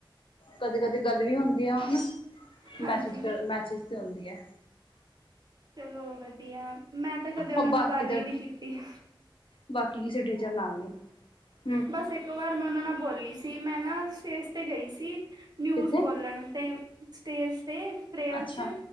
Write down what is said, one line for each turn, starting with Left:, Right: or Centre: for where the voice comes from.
Left: ਕਦੇ ਕਦੇ ਗੱਲ ਵੀ ਹੁੰਦੀ ਆ ਹਨਣ
Right: ਹਾਂਜੀ
Left: ਮੈਸੇਜ ਕਰਦੇ ਮੈਸੇਜ ਹੁੰਦੀ ਹੈ
Right: ਚਲੋ ਵਧੀਆ ਮੈਂ ਤਾਂ ਕਦੇ ਉਹਨਾਂ
Left: ਉਹ ਬਾਕੀ
Right: ਨਾਲ ਗੱਲ
Left: ਤਾਂ
Right: ਹੀ ਨਹੀਂ ਕੀਤੀ
Left: ਬਾਕੀ ਕਿਸੇ ਟੀਚਰ ਨਾਲ ਨੀ ਹਮ
Right: ਬਸ ਇੱਕ ਵਾਰ ਮੈਂ ਉਹਨਾਂ ਨਾਲ ਬੋਲੀ ਸੀ ਮੈਂ ਨਾ ਸਟੇਜ ਤੇ ਗਈ ਸੀ ਨਿਊਜ਼
Left: ਕਿੱਥੇ
Right: ਬੋਲਣ ਤੇ ਸਟੇਜ 'ਤੇ ਪ੍ਰੇਅਰ
Left: ਅੱਛਾ
Right: 'ਚ